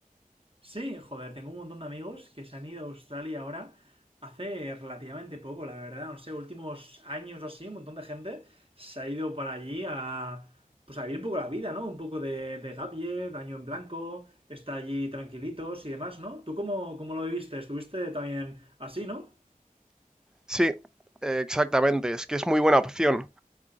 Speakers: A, on the right; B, in the centre.
A: Sí, joder, tengo un montón de amigos que se han ido a Australia ahora hace relativamente poco, la verdad, no sé, últimos años o así, un montón de gente se ha ido para allí a pues a vivir un poco la vida, ¿no? Un poco de, de gap year, año en blanco, estar allí tranquilitos y demás, ¿no? ¿Tú cómo, cómo lo viviste? Estuviste también así, ¿no?
B: Sí, eh, exactamente. Es que es muy buena opción.